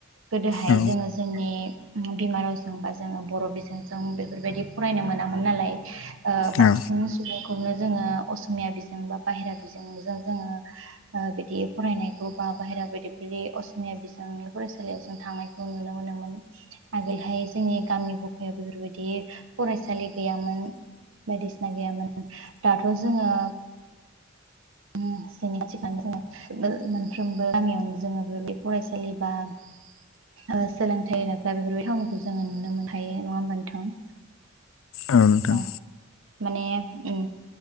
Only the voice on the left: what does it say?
औ
औ
ओ नोंथां।